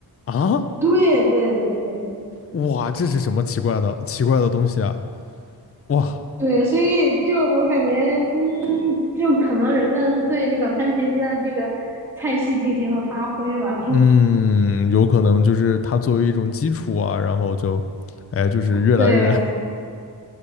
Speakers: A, on the left; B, in the centre.
A: 啊！
B: 对对对对
A: 哇，这是什么奇怪的奇怪的东西啊！哇，
B: 对，所以就我感觉，嗯，就可能人们对那个番茄鸡蛋这个菜系进行了发挥吧。<laughs>
A: 嗯，有可能就是它作为一种基础啊，然后就，哎，就是越来越，
B: 对，